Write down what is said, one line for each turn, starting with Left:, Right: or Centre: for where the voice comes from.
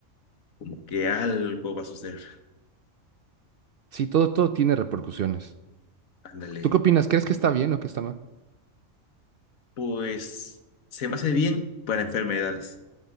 Left: como que algo va a suceder.
Right: Sí, todo, todo tiene repercusiones.
Left: Ándale.
Right: ¿Tú qué opinas? ¿Crees que está bien o que está mal?
Left: Pues se me hace bien para enfermedades.